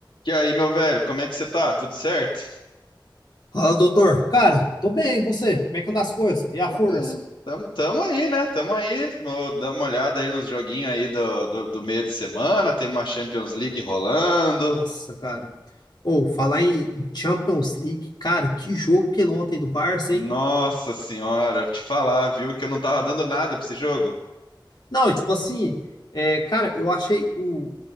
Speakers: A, on the left; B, on the left.
A: E aí, meu velho, como é que você tá? Tudo certo?
B: Fala, doutor. Cara, tô bem, e você? Como é que andam as coisas? E a
A: Tô
B: força?
A: bem. Tamo, tamo aí, né? Tamo aí. Vou dar uma olhada aí nos joguinhos aí do, do, do meio de semana. Tem uma Champions League rolando.
B: Nossa, cara. Ou falar em em Champions League, cara, que jogo aquele ontem do Barça,
A: Nossa
B: hein?
A: senhora, vou te falar, viu, que eu não tava dando nada pra esse jogo.
B: Não, e tipo assim, é, cara, eu achei o